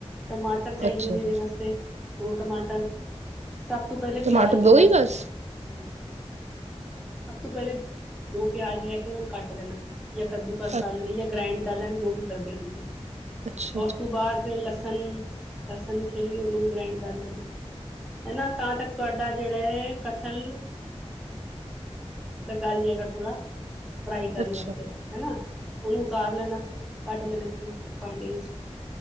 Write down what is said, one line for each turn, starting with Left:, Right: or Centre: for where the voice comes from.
Centre: ਟਮਾਟ ਟਮਾਟਰ ਚਾਹੀਦੇ
Right: ਅੱਛਾ
Centre: ਨੇ ਇਹਦੇ
Right: ਜੀ
Centre: ਵਾਸਤੇ, ਦੋ ਟਮਾਟਰ, ਸਭ ਤੋਂ ਪਹਿਲੇ ਪਿਆਜ
Right: ਟਮਾਟਰ
Centre: ਲੈਣਾ।
Right: ਹੀ
Centre: ਹੂੰ,
Right: ਬਸ
Centre: ਸਭ ਤੋਂ ਪਹਿਲੇ ਦੋ ਪਿਆਜ ਲੈ ਕੇ ਉਹਨਾਂ ਨੂੰ ਕੱਟ ਲੈਣਾ। ਯਾਂ ਕੱਦੂ ਕਸ
Right: ਅੱਛ
Centre: ਕਰ ਲੈਣ ਯਾਂ ਗ੍ਰਾਇੰਡ ਕਰ ਲੈਣ ਜੋ ਵੀ ਕਰਦੇ ਔ ਤੁਸੀਂ,
Right: ਅੱਛਾ,
Centre: ਔਸ ਤੋਂ ਬਾਦ ਫਿਰ ਲਸਣ, ਲਸਣ ਨੂੰ ਛਿਲ ਕੇ ਉਹਨੂੰ ਵੀ ਗ੍ਰਾਇੰਡ ਕਰ ਲੈਣਾ। ਹਨਾ। ਤਾਂ ਤੱਕ ਤੁਹਾਡਾ ਜਿਹੜਾ ਏ ਕਠਲ ਮਤਲਬ ਗੱਲ ਜਾਏਗਾ ਥੋੜਾ, ਫਰਾਈ ਕਰਨ
Right: ਅੱਛਾ,
Centre: ਵਾਸਤੇ,
Right: ਅੱਛਾ,
Centre: ਹੈਨਾ। ਔਨੂੰ ਉਤਾਰ ਲੈਣਾ, ਕੱਢ ਲੈਣਾ ਕਿਸੇ ਪਾਂਡੇ ਵਿੱਚ